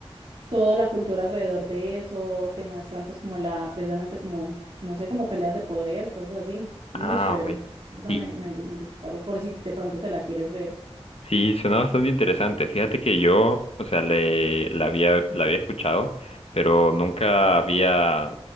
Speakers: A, on the right; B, on the left.
A: toda la cultura alrededor de eso te muestran pues como la, precisamente como, no sé, como peleas de poder, cosas así. Muy
B: Ah,
A: chévere.
B: ok.
A: Esa
B: Sí.
A: Me, me, me gusta, o por si de pronto te la quieres ver.
B: Sí, suena bastante interesante. Fíjate que yo, o sea, le, la había, la había escuchado, pero nunca había